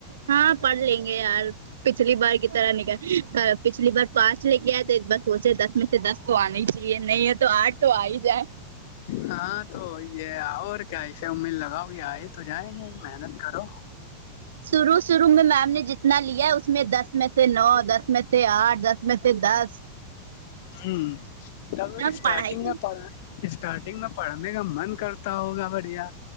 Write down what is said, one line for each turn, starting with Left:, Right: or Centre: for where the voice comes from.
Right: ہاں پڑھ لیں گے یار پچھلی بار کی طرح نکل پچھلی بار پانچ لے کے آئے تھ بس سوچے دس میں سے دس کو آنا ہی ج نہیں ہے تو آٹھ تو آ ہی جائے
Left: ہاں تو یہ اور کیا اسے امید لگاؤ کہ آئے تو جائیں گے محنت کرو
Right: شروع شروع میں میم نے جت نہ لیا اس میں دس میں سے نو دس میں سے آٹھ دس میں سے دس
Left: ہوں تب
Right: اب
Left: اسٹارٹنگ
Right: پڑھائی
Left: میں پڑا اسٹارٹنگ میں پڑھنے کا من کرتا ہوگا بڑھیا